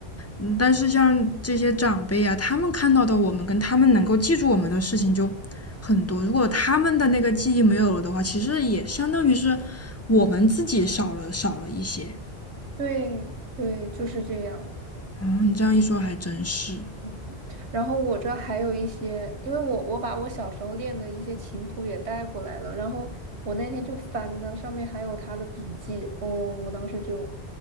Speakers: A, on the left (about 15°); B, on the right (about 85°).
A: 嗯，但是像这些长辈啊，他们看到的我们跟他们能够记住我们的事情就很多。如果他们的那个记忆没有了的话，其实也相当于是我们自己少了少了一些。
B: 对对，就是这样。
A: 哦，你这样一说还真是。
B: 嗯，然后我这还有一些，因为我我把我小时候练的一些琴谱也带过来了，然后我那天就翻呢，上面还有他的笔记，哦，我当时就